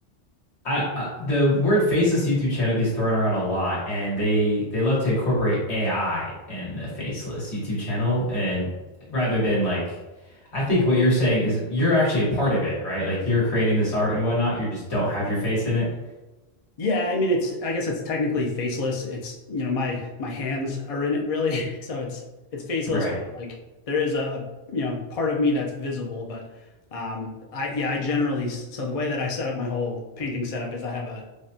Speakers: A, on the left; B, on the left.
A: I, I the word faceless YouTube channel gets thrown around a lot, and they they love to incorporate AI in the faceless YouTube channel, and rather than like, I think what you're saying is you're actually a part of it, right? Like you're creating this art and whatnot. You just don't have your face in it,
B: Yeah, I mean it's I guess it's technically faceless. It's, you know, my my hands are in it really. <laughs> So it's it's faceless,
A: right?
B: but like there is a, you know, part of me that's visible, but um I yeah, I generally so the way that I set up my whole painting setup is I have a